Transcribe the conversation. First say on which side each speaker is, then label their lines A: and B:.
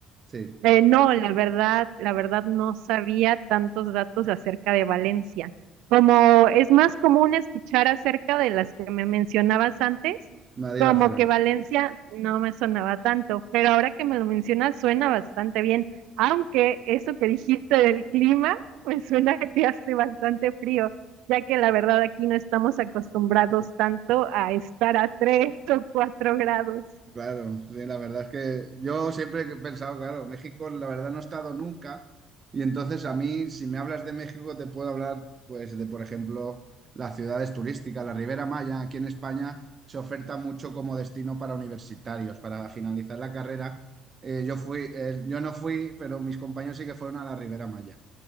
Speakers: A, on the right; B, on the right.
A: Sí,
B: Eh, no, la verdad, la verdad no sabía tantos datos acerca de Valencia. Como es más común escuchar acerca de las que me mencionabas antes,
A: Madrid-Barcelona.
B: como que Valencia no me sonaba tanto, pero ahora que me lo mencionas suena bastante bien, aunque eso que dijiste del clima, pues suena <laughs> que hace bastante frío, ya que la verdad aquí no estamos acostumbrados tanto a estar a tres o cuatro grados.
A: Claro, sí, la verdad es que yo siempre he pensado, claro, México la verdad no he estado nunca y entonces a mí si me hablas de México te puedo hablar pues de por ejemplo las ciudades turísticas, la Ribera Maya aquí en España se oferta mucho como destino para universitarios, para finalizar la carrera. Eh, yo fui, eh, yo no fui, pero mis compañeros sí que fueron a la Ribera Maya